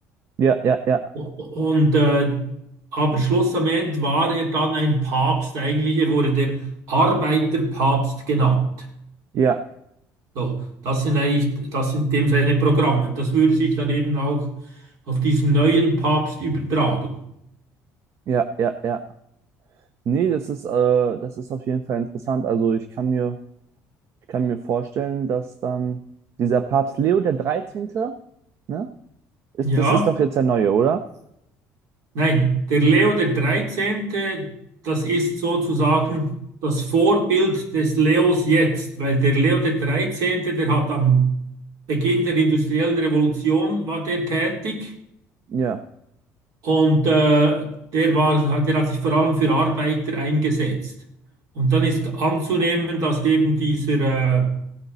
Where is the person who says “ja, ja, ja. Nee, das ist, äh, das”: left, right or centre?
Right